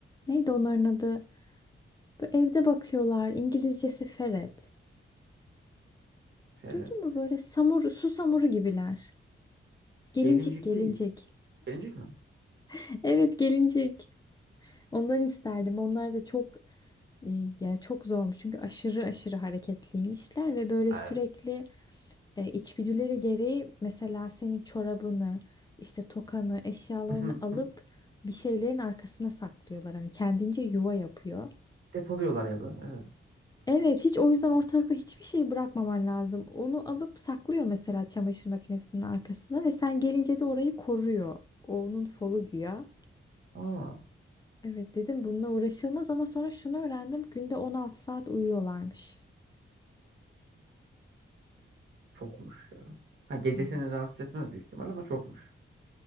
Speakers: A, on the left (about 20°); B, on the right (about 60°).
A: neydi onların adı? Bu evde bakıyorlar. İngilizcesi ferret.
B: Ferret.
A: Duydun mu böyle samur, su samuru gibiler. Gelincik
B: Gelincik
A: gelincik.
B: değil. Gelincik mi?
A: <laughs> Evet gelincik. Ondan isterdim. Onlar da çok e, yani çok zormuş çünkü aşırı aşırı hareketliymişler ve böyle
B: Aa,
A: sürekli
B: Evet.
A: E, içgüdüleri gereği mesela senin çorabını, işte tokanı, eşyalarını
B: <laughs>
A: alıp bir şeylerin arkasına saklıyorlar. Hani kendince yuva yapıyor.
B: Depoluyorlar ya da evet.
A: Evet, hiç o yüzden ortalıkta hiçbir şey bırakmaman lazım. Onu alıp saklıyor mesela çamaşır makinesinin arkasına ve sen gelince de orayı koruyor. O onun folu güya.
B: Aa,
A: Evet dedim bununla uğraşılmaz ama sonra şunu öğrendim. Günde 16 saat uyuyorlarmış.
B: çokmuş ya. Ha, gece
A: Evet.
B: seni rahatsız etmez büyük ihtimal ama çokmuş.